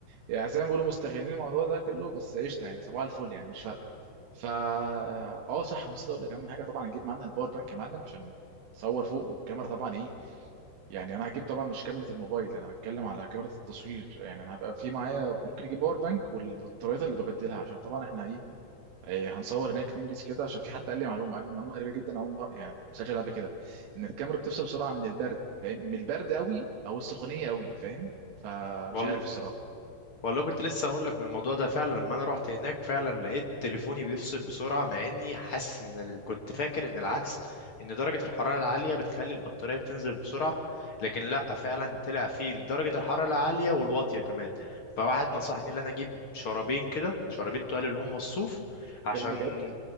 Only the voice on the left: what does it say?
وال...
والله كنت لسه اقول لك من الموضوع ده فعلا لما انا رحت هناك فعلا لقيت تليفوني بيفصل بسرعه مع اني حاسس ان ال... كنت فاكر ان العكس ان درجه الحراره العاليه بتخلي البطاريه بتنزل بسرعه لكن لا فعلا طلع فيه درجه الحراره العاليه والواطيه كمان فواحد نصحني ان انا اجيب شرابين كده شرابين تقال اللي هم الصوف
عشان